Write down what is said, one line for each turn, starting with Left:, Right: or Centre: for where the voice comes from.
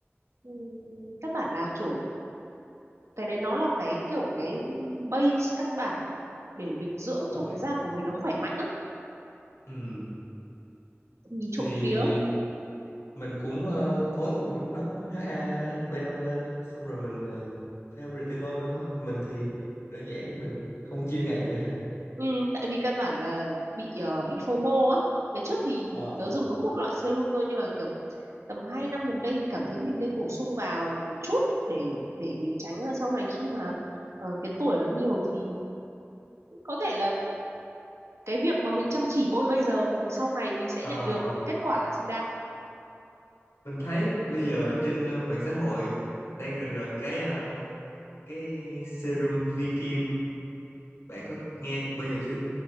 Right: ừ căn bản là kiểu cái đấy nó là cái kiểu cái base căn bản để mình dưỡng
Left: Đúng
Right: cho
Left: rồi.
Right: cái da của mình nó khỏe mạnh á
Left: Ừ.
Right: nhìn
Left: Thì
Right: trộm vía
Left: mình cũng uh, tối của mình cũng đắp HAB5 lên xong rồi mình uh, thêm retinol nữa thôi. Mình thì đơn giản mình không chia ngày <laughs> ra.
Right: Ừ, tại vì căn bản là bị ờ, bị FOMO á. Ngày trước thì
Left: Ờ.
Right: tớ dùng đúng một loại serum thôi nhưng mà kiểu tầm 2 năm gần đây thì cảm thấy mình nên bổ sung vào một chút để để mình tránh là sau này khi mà ờ, cái tuổi nó nhiều thì có thể là cái việc mà mình chăm chỉ bôi bây giờ thì sau này mình sẽ
Left: Ờ
Right: nhận được kết quả xứng đáng.
Left: mình thấy bây giờ trên ờ, mạng xã hội đang rần rần cái ờ, cái serum vi kim bạn có nghe bao giờ chưa